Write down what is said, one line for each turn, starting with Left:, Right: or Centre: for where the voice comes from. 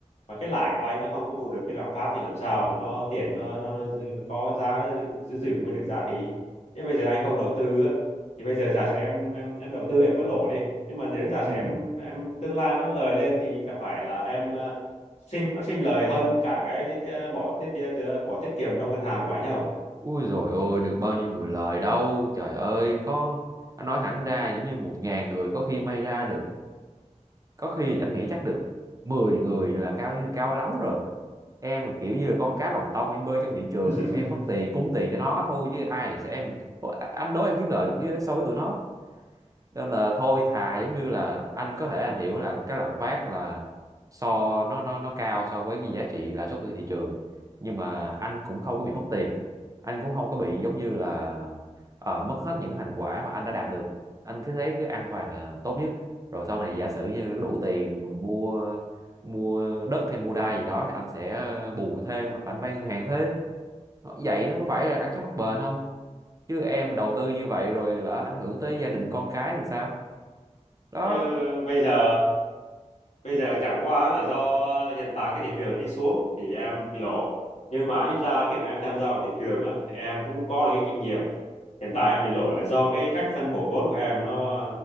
Left: mà cái lãi của anh nó không có bù được cái lạm phát thì làm sao mà nó tiền nó nó, nó có giá giữ giữ nguyên được giá trị nhưng bây giờ anh không đầu tư á thì bây giờ giả sử em em em đầu tư em có lỗ đi nhưng mà nếu giả
Right: ừ
Left: sử em em tương lai nó lời lên thì chẳng phải là em ờ, sinh nó sinh lời hơn cả cái tiết, bỏ tiết bỏ tiết kiệm trong ngân hàng của anh không
Right: ui rồi ôi được bao nhiêu người lời đâu trời ơi có anh nói thẳng ra giống như một ngàn người có khi may ra được có khi là Chánh nghĩ chắc được 10 người là cao như cao lắm rồi em là kiểu như là con cá lòng tông em bơi trong thị trường
Left: <laughs>
Right: thì em mất tiền cúng tiền cho nó thôi chứ ai sẽ em anh đố em kiếm lời được với- so với tụi nó nên là thôi thà giống như là anh có thể anh hiểu là cái lạm phát là so nó nó nó cao so với cái giá trị lãi suất của thị trường nhưng mà anh cũng không có bị mất tiền anh cũng không có bị giống như là ờ, mất hết những cái thành quả mà anh đã đạt được anh cứ thấy cứ an toàn là tốt nhất rồi sau này giả sử như đủ tiền mua mua đất hay mua đai gì đó thì anh sẽ bù thêm hoặc là anh vay ngân hàng thêm Ờ, vậy nó có phải là ăn chắc mặc bền không chứ em đầu tư như vậy rồi lỡ ảnh hưởng tới gia đình con cái thì sao đó
Left: Chứ bây giờ bây giờ chẳng qua là do hiện tại cái thị trường đi xuống thì em bị lỗ nhưng mà ít ra khi mà em tham gia vào thị trường á thì em cũng có được cái kinh nghiệm hiện tại em bị lỗ là do cái cách phân bổ vốn của em nó